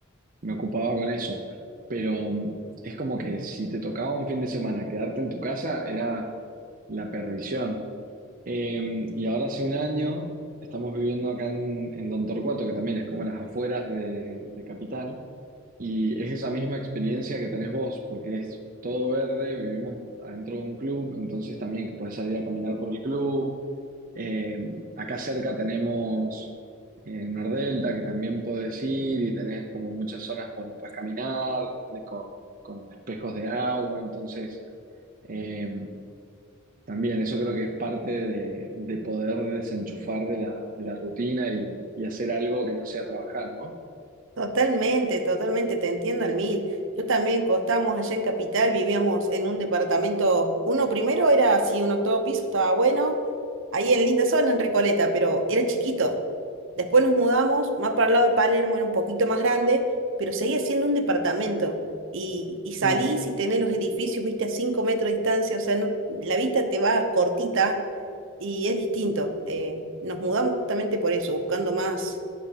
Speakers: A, on the right (about 40°); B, on the right (about 60°).
A: me ocupaba con eso. Pero mm, es como que si te tocaba un fin de semana quedarte en tu casa era la perdición. Eh, y ahora hace un año estamos viviendo acá en, en Don Torcuato, que también es como las afueras de, de Capital. Y es esa misma experiencia que tenés vos, porque es todo verde, vivimos adentro de un club, entonces también puedes salir a caminar por el club. Eh, acá cerca tenemos eh, Nordelta, que también podés ir y tenés como muchas zonas por donde puedes caminar, de- con, con espejos de agua, entonces eh, también eso creo que es parte de, de poder desenchufar de la, de la rutina y, y hacer algo que no sea trabajar, ¿no?
B: Totalmente, totalmente, te entiendo al mil. Yo también costamos allá en Capital, vivíamos en un departamento, uno primero era así, un octavo piso, estaba bueno, ahí en linda zona, en Recoleta, pero era chiquito. Después nos mudamos, más para el lado de Palermo, era un poquito más grande, pero seguía siendo un departamento. Y, y salís
A: Mm.
B: y tenés los edificios, viste, a cinco metros de distancia, o sea, no- la vista te va cortita y es distinto. Eh, nos mudamos justamente por eso, buscando más,